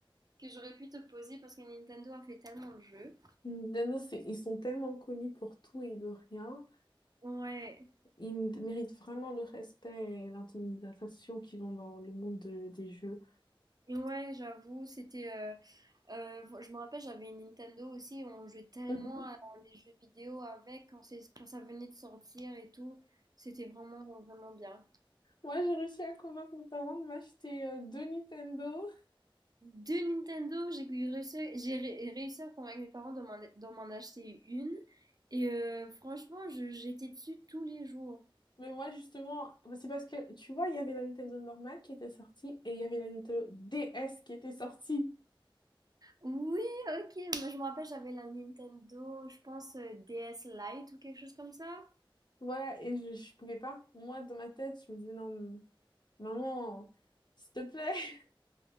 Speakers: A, on the right; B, on the left.
A: que j'aurais pu te poser parce que Nintendo a fait tellement de jeux.
B: Nintendo, c'est, ils sont tellement connus pour tout et de rien.
A: Ouais.
B: Ils m- méritent vraiment le respect et l'intimidation qu'ils ont dans le monde de- des jeux.
A: Ouais, j'avoue, c'était. euh, euh, je me rappelle, j'avais une Nintendo aussi, on jouait tellement
B: Mhm.
A: à des jeux vidéo avec quand c'est, quand ça venait de sortir et tout. C'était vraiment, vraiment bien.
B: Moi, j'ai réussi à convaincre mes parents de m'acheter euh, deux Nintendo.
A: Deux Nintendo, j'ai eu réussi, j'ai ré- réussi à convaincre mes parents de m'en, de m'en acheter une. Et euh, franchement, je- j'étais dessus tous les jours.
B: Mais moi, justement, bah, c'est parce que, tu vois, il y avait la Nintendo normale qui était sortie et il y avait la Nintendo DS qui était sortie.
A: Oui, ok, moi je me rappelle, j'avais la Nintendo, je pense euh, DS Lite ou quelque chose comme ça.
B: Voilà, et je, je pouvais pas. Moi, dans ma tête, je me disais, non, m- maman, s'il te plaît. <laughs>